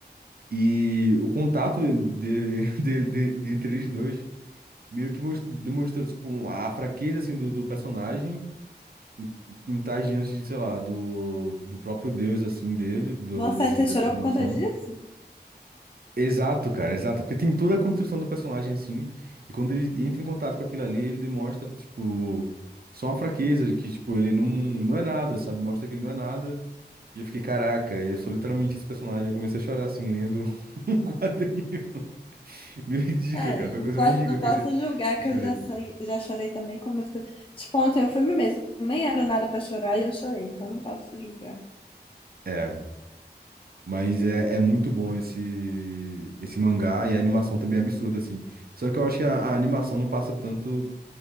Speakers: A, on the right; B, on the left.
A: E o contato dele, <laughs> dele, de- entre eles dois meio que mos- demonstrou, tipo, um, a fraqueza, assim, do, do personagem em, em estar diante de, sei lá, do, do próprio Deus, assim, dele, do,
B: Nossa,
A: desse,
B: aí você
A: dessa
B: chorou
A: animação.
B: por conta disso?
A: Exato, cara, exato. Porque tem toda a construção do personagem, assim, e quando ele entra em contato com aquilo ali, ele demonstra, tipo, só uma fraqueza, de que, tipo, ele não, não é nada, sabe? Mostra que ele não é nada. E eu fiquei, caraca, eu sou literalmente esse personagem. Eu comecei a chorar, assim, lendo <laughs> um quadrinho. Meio ridículo,
B: É,
A: cara. Foi
B: não
A: a coisa
B: posso,
A: mais ridícula
B: não
A: que
B: posso
A: eu já
B: julgar
A: eu
B: que
A: chorei.
B: eu já, san- já chorei também com umas coisas. Tipo, ontem o filme mesmo nem era nada pra chorar e eu chorei, então não posso julgar.
A: É, mas é, é muito bom esse, esse mangá e a animação também é absurda, assim. Só que eu acho que a, a animação não passa tanto,